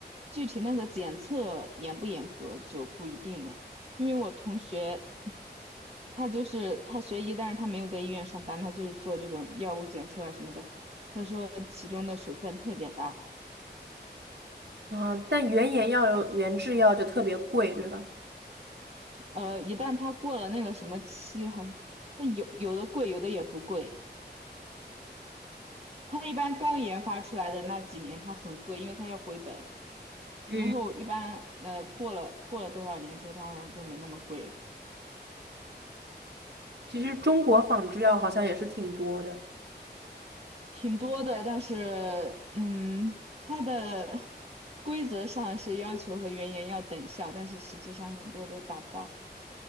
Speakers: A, on the right; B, on the right.
A: 具体那个检测严不严格就不一定了，因为我同学。他就是他学医，但是他没有在医院上班，他就是做这种药物检测啊什么的。他说其中的水分特别大，
B: 啊。但原研药有原制药就特别贵，对吧？
A: 呃，一旦他过了那个什么期，好像那有有的贵，有的也不贵。他一般刚研发出来的那几年，他很贵，因为他要回本。
B: 嗯，
A: 然后一般呃过了过了多少年之后，他好像就没那么贵了，
B: 其实中国仿制药好像也是挺多的。
A: 挺多的。但是嗯，它的 <laughs> 规则上是要求和原研要等效，但是实际上很多都达不到。